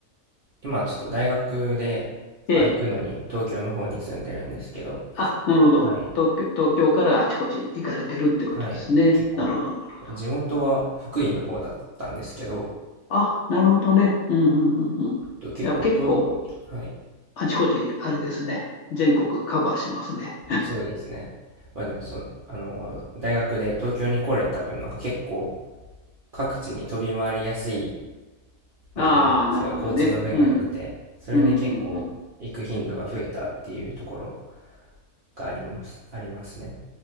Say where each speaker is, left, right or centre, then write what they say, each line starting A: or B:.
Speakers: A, on the right (about 55°); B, on the left (about 65°).
A: 今ちょっと大学で、
B: ええ。
A: あ、行くのに東京の方に住んでるんですけど、
B: あ、なるほど。
A: はい。
B: 東京、東京からあちこち行かれてるっていうことですね。
A: はい。結構、
B: なるほど、なるほど。
A: 地元は福井の方だったんですけど、
B: あ、なるほどね。うん、うん、うん、うん。いや、
A: と結構と、
B: 結構、
A: はい。
B: あちこち、あれですね。全国カバーしますね。
A: そうですね。まあでもそ、あの、大学で東京に来れた分、なんか結構各地に飛び回りやすい
B: ああ、
A: ので、
B: なるほどね。
A: すごい交通の便が良くて、
B: うん、
A: それで結構行く頻度が増えたっていうところ
B: うん、うん、うん。
A: があります、ありますね。